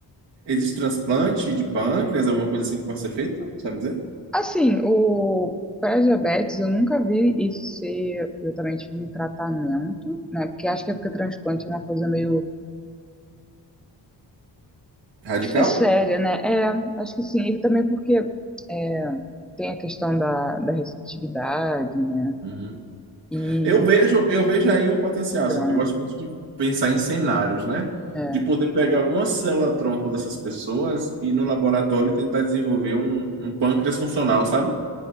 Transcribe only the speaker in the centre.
Assim, o pré-diabetes eu nunca vi isso ser exatamente um tratamento, né? Porque acho que é porque transplante é uma coisa meio,
acho que é séria, né? É, acho que sim. E também porque é, tem a questão da, da receptividade, né?
E
então,
é,